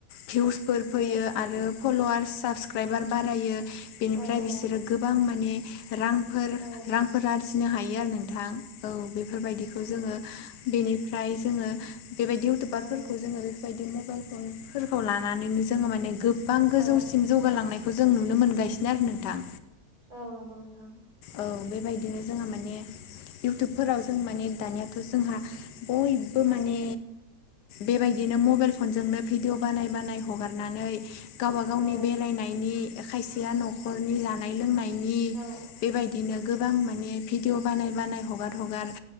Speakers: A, on the left (about 80°); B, on the right (about 55°).
A: भिउसफोर फैयो
B: औ
A: आरो फल'वार्स साबसक्राइबार बारायो बेनिफ्राय
B: औ औ
A: बिसोरो गोबां माने रांफोर
B: औ
A: रांफोर आरजिनो हायो आरो नोंथां औ बे बेफोरबायदिखौ जोङो बेनिफ्राय जोङो बेबायदि इउटुबारफोरखौ
B: औ
A: जोङो बेबायदि मबाइल फन जोङो गोबां गोजौसिम
B: औ
A: जौगालांनाय बेखौ मोनगासिनो आरो नोंथां।
B: औ नंगौ नोंथां।
A: औ बेबायदिनो जोंहा माने इउटुबफोराव जों माने दानियाथ' जोंहा। बयबो
B: औ
A: माने। बेबायदिनो मबाइल भिडिअ बानाय हगारनानै गावबा गावनि
B: औ
A: बेरायनायनि खायसेया नखरनि जानाय लोंनायनि
B: औ
A: बेबायदिनो गोबां माने भिडिअ बानाय बानाय हगार हगार